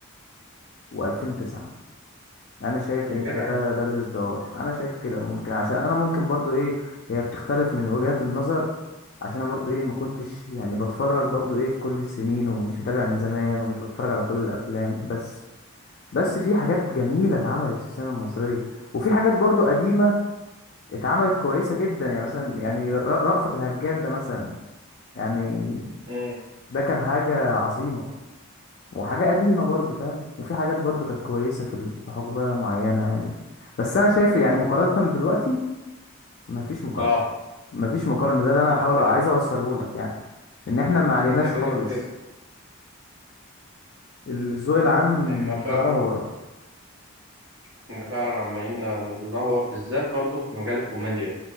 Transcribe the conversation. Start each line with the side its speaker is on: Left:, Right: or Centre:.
Left: و2009 انا شايف
Right: يا
Left: ان
Right: جدع
Left: إيه ده
Right: انت
Left: ده الازدهار انا شايف كده ممكن عشان انا ممكن برضو ايه هي بتختلف من وجهات النظر عشان انا برضو ايه ما كنتش يعني بتفرج برضو ايه في كل السنين ومش متابع من زمان ومش بتفرج على كل الافلام بس بس في حاجات جميلة اتعملت في السينما المصرية وفي حاجات برضو قديمة اتعملت كويسة جدا يعني مثلا يعني ر- رأفت الهجان ده مثلا يعني
Right: امم
Left: ده كان حاجة عظيمة وحاجة قديمة برضو فاهم وفي حاجات برضو كانت كويسة في ال- في حقبة معينة يعني بس أنا شايف يعني مقارنة بدلوقتي مفيش مقارنة
Right: اه
Left: مفيش مقارنة ده اللي أنا
Right: ما
Left: حاول
Right: كده
Left: عايز
Right: كده
Left: أوصله لك يعني إن إحنا ما عليناش
Right: ده كده
Left: خالص
Right: كده
Left: الذوق العام
Right: احنا فعلا
Left: تدهور
Right: احنا فعلا عمالين نتدهور بالذات برضو في مجال الكوميديا